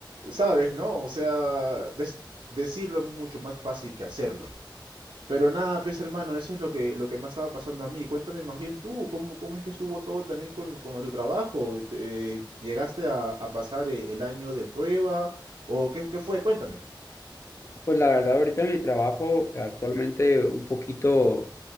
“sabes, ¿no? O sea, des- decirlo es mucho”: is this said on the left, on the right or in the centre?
Right